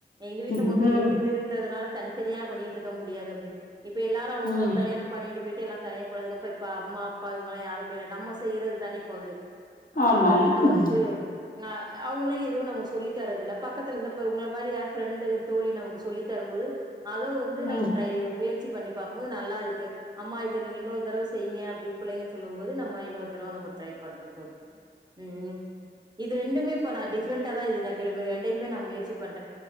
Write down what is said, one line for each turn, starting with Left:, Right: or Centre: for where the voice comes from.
Right: எங்க வீட்ல
Left: ம்
Right: மொத்தோ எட்டு பேருன்றதுனால தனித்தனியா பண்ணிட்டுருக்க முடியாது அப்டின் இப்ப எல்லாரு அவங்கவுங்கோ
Left: ம்
Right: கல்யாண பண்ணிட்டு போய்ட்டு எல்லா தனியா போனதுக்கப்ப இப்ப அம்மா அப்பா இவங்கல்லா யாரு மேல்ல நம்ம செய்யுறது தான இப்ப வந்து ஆ
Left: ஆமாம்
Right: அதனால
Left: ம்
Right: வந்துட்டு ஆ அவுங்களு எதுவு நமக்கு சொல்லி தரதுல்ல பக்கத்துல இந்த இப்ப உங்கள மாரி யார் ஃப்ரெண்டுங் தோழி நமக்கு சொல்லி தரும் போது அத வந்து நம்ம
Left: ம்
Right: ட்ரை முய ற்சி பண்ணி பாக்கும்போது நல்லாருக்கு அம்மா இத நீங்க இன்னொரு தடவ செய்ங்க அப்டின் புள்ளைங்க சொல்லும் போது நம்ம இன்னொரு தரவ நம்ம ட்ரை பண்றோ தோழி ம் இது ரெண்டுமே இப்ப நா டிஃப்ரெண்டாதா இது நா கேள்விப்பறே ரெண்டையுமே நா முயற்சி பண்றே